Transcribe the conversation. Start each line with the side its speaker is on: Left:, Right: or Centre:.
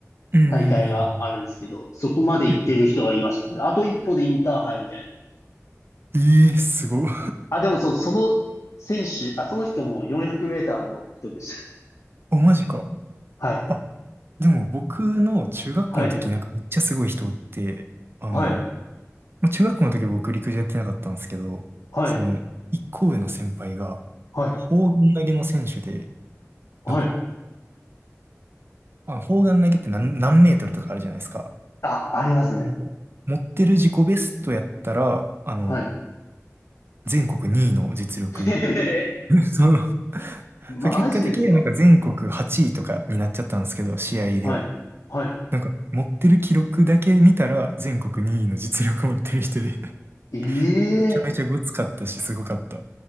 Right: うん。
Left: 大会があるんですけど、そこまで行ってる人がいましたね。
Right: うん。
Left: あと一歩でインターハイみたいな。
Right: ええー、すごい。
Left: あ、でもそう、その選手、あ、その人も400メーターの人でした。
Right: あ、マジか。
Left: はい、
Right: あ、でも僕の中学校の時なんかめっちゃすごい人おって、
Left: はい、
Right: あの、
Left: はい、
Right: まあ中学校の時僕陸上やってなかったんですけど、
Left: はい、
Right: その、一個上の先輩が、
Left: はい、
Right: 砲丸投げの選手で、
Left: はい。
Right: なんか、あ、砲丸投げって何、何メートルとかあるじゃないですか。
Left: あ、ありますね。
Right: うん持ってる自己ベストやったら、あの、
Left: はい。
Right: 全国2位の実力。
Left: <laughs> へへへ。
Right: <laughs> そう
Left: マジですか
Right: そう結果的にはなんか全国8位とかになっちゃったんですけど、試合では。
Left: はい。はい。
Right: なんか持ってる記録だけ見たら全国2位の実力持ってる人で <laughs>
Left: ええ
Right: めちゃめちゃごつかったし、すごかった。